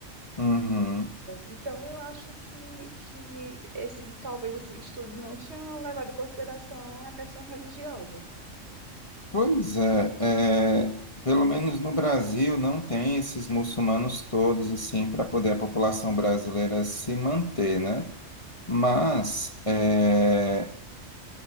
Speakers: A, on the left (about 25°); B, on the right (about 55°).
A: Uhum.
B: Então eu acho que, que esse talvez esse estudo não tinha levado em consideração a questão religiosa.
A: Pois é, é, pelo menos no Brasil não tem esses muçulmanos todos assim para poder a população brasileira se manter, né? Mas, é,